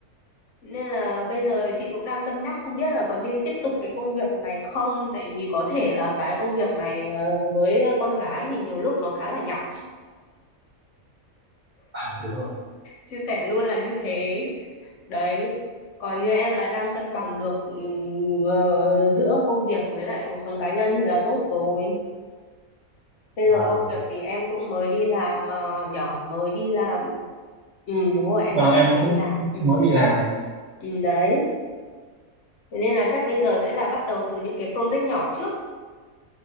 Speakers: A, on the left; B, on the right.
A: nên là bây giờ chị cũng đang cân nhắc không biết là có nên tiếp tục cái công việc này không tại vì có thể là cái công việc này ờ, với con gái thì nhiều lúc nó khá là nhọc
B: à, đúng rồi.
A: chia sẻ luôn là như thế đấy còn như em là đang cân bằng được ừm, ờ, giữa công việc với lại cuộc sống cá nhân thì là tốt rồi bây
B: Vâng
A: giờ công việc thì em cũng mới đi làm ờ, nhỏ mới đi làm ừ đúng rồi em
B: vâng
A: bảo
B: em
A: em mới
B: cũng
A: đi làm ừ,
B: mới đi làm.
A: ừ đấy Thế nên là chắc bây giờ sẽ là bắt đầu từ những cái project nhỏ trước